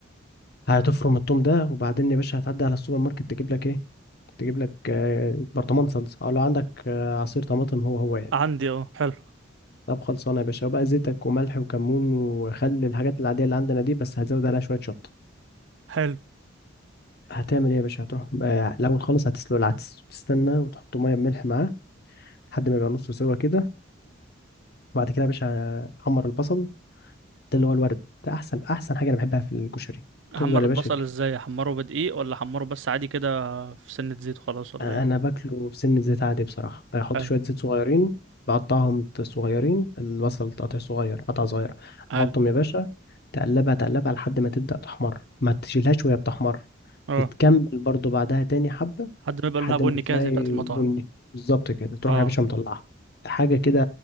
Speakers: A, on the left; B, on the right.
A: هتفرم التوم ده وبعدين يا باشا هتعدي على السوبر ماركت تجيب لك ايه تجيب لك آه، برطمان صلصه او لو عندك آه، عصير طماطم هو هو يعني
B: عندي اه حلو
A: طب خلصانه يا باشا وبقى زيتك وملح وكمون وخل الحاجات العاديه اللي عندنا دي بس هتزود عليها شويه شطه
B: حلو
A: هتعمل ايه يا باشا هتروح آه، الاول خالص هتسلق العدس تستنى وتحط ميه بملح معاه لحد ما يبقى نصه سوا كده وبعد كده يا باشا تحمر البصل ده اللي هو الورد ده احسن احسن حاجه انا بحبها في الكشري تفضل
B: احمر
A: يا
B: البصل
A: باشا
B: ازاي احمره بدقيق ولا احمره بس عادي كده في سنه زيت وخلاص ولا
A: انا
B: ايه
A: باكله بسن زيت عادي بصراحه بحط
B: حلو
A: شويه زيت صغيرين بقطعهم صغيرين البصل تقطع صغير قطع صغير
B: حلو
A: احطهم يا باشا تقلبها تقلبها لحد ما تبدا تحمر ما تشيلهاش وهي بتحمر
B: اه
A: بتكمل برضو بعدها تاني حبه
B: لحد ما يبقى
A: لحد
B: لونها بني
A: ما تلاقي
B: كده زي بتاعت المطاعم
A: بني بالظبط كده تروح
B: اه
A: يا باشا مطلعها حاجه كده